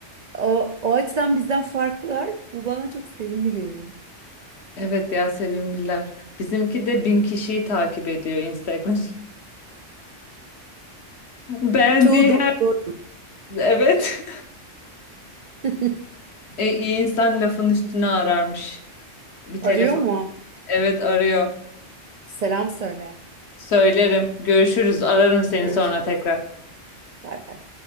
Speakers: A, on the right (about 75°); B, on the left (about 65°).
A: O, o açıdan bizden farklılar. Bu bana çok sevimli geliyor.
B: Evet ya sevimliler bizimki de bin kişiyi takip ediyor Instagram <laughs> beğendiği
A: Çoğu doktor
B: her evet
A: <laughs>
B: <laughs> e, iyi insan lafın üstüne ararmış bir
A: arıyor
B: telefon
A: mu?
B: evet arıyor
A: Selam söyle.
B: söylerim görüşürüz ararım seni
A: Görüşürüz.
B: sonra tekrar.
A: Bay bay.